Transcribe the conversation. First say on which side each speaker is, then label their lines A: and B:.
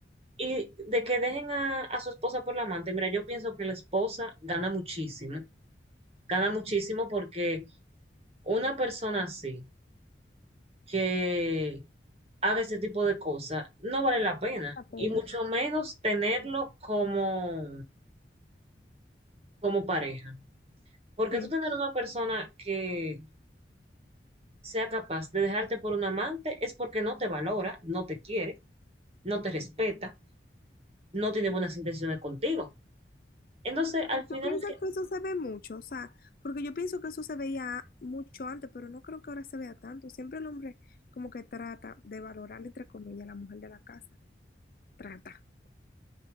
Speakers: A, on the right (about 35°); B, on the left (about 50°).
A: Y de que dejen a, a su esposa por la amante, mira, yo pienso que la esposa gana muchísimo, gana muchísimo porque una persona así, que haga ese tipo de cosas, no vale la pena,
B: La pena.
A: y mucho menos tenerlo como, como pareja. Porque
B: Sí.
A: tú tener una persona que sea capaz de dejarte por un amante es porque no te valora, no te quiere, no te respeta, no tiene buenas intenciones contigo. Entonces,
B: Pero
A: al
B: ¿Tú
A: final,
B: piensas
A: el que-
B: que eso se ve mucho? O sea, porque yo pienso que eso se veía mucho antes, pero no creo que ahora se vea tanto. Siempre el hombre como que trata de valorar, entre comillas, a la mujer de la casa. Trata.